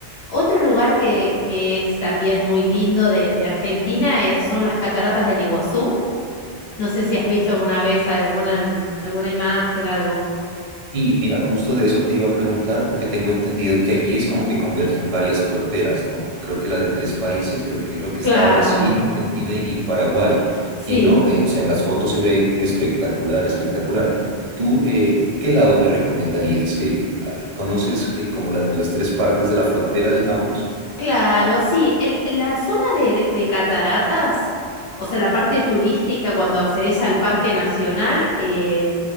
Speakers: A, on the left; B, on the right.
A: Otro lugar que, que es también muy lindo de, de Argentina eh, son las cataratas del Iguazú. No sé si has visto alguna vez alguna, alguna imagen, algo.
B: Y mira, justo de eso te iba a preguntar porque tengo entendido que allí es como que convergen varias fronteras, ¿no? Creo que la de tres países, creo que creo que está
A: Claro,
B: Brasil, Argentina y Paraguay,
A: sí,
B: y no, Eh, o sea, en las fotos se ve espectacular, espectacular. ¿Tú eh, qué lado me recomendarías? ¿Que ah, conoces eh, como la- las tres partes de la frontera, digamos?
A: claro, sí. El- la zona de, de cataratas, o sea, la parte turística cuando accedes al Parque Nacional, eh,